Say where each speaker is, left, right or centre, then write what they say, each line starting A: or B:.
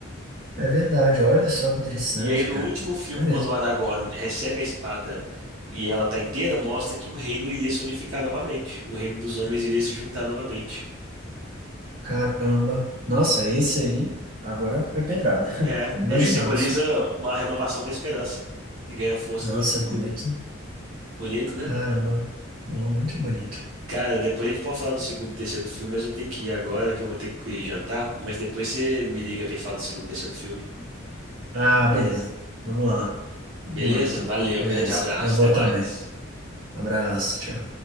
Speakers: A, on the right; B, on the right.
A: é verdade, olha só que interessante,
B: E aí no
A: cara.
B: último filme,
A: É mesmo.
B: quando o Aragorn recebe a espada e ela tá inteira, mostra que o reino iria se unificar novamente, o reino dos homens iria se juntar novamente.
A: Caramba. Nossa, esse aí agora foi pedrada. <laughs>
B: É,
A: Não imaginava
B: ele simboliza
A: isso.
B: uma renovação da esperança, que ganha força
A: Nossa,
B: no último
A: é
B: filme.
A: bonito.
B: Bonito, né?
A: Caramba. Mu- Muito bonito.
B: Cara, depois a gente pode falar do segundo e terceiro filme, mas eu tenho que ir agora, que eu vou ter que ir jantar. Mas depois você me liga pra gente falar do segundo e terceiro filme.
A: Ah, beleza. Vamos lá. Vamos
B: Beleza?
A: lá, então.
B: Valeu,
A: Beleza.
B: grande abraço,
A: Eu vou
B: até mais.
A: também. Abraço. Tchau.